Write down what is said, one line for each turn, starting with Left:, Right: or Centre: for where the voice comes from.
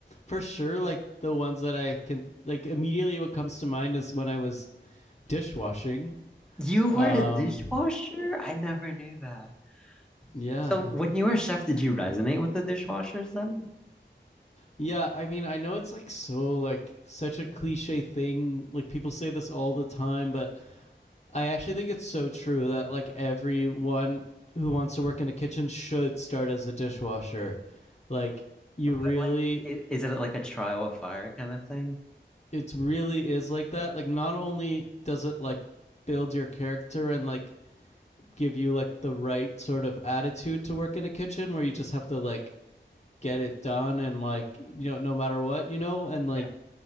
Left: for sure like the ones that I can like immediately what comes to mind is when I was dishwashing.
Centre: You were
Left: Um
Centre: a dishwasher? I never knew that.
Left: yeah.
Centre: So when you were a chef, did you resonate with the dishwashers then?
Left: Yeah, I mean I know it's like so like such a cliche thing. Like people say this all the time, but I actually think it's so true that like everyone who wants to work in a kitchen should start as a dishwasher. Like you
Centre: What
Left: really
Centre: like i- is it like a trial of fire kind of thing?
Left: it really is like that. Like not only does it like build your character and like give you like the right sort of attitude to work in a kitchen where you just have to like get it done and like you know no matter what, you know, and like
Centre: Yeah.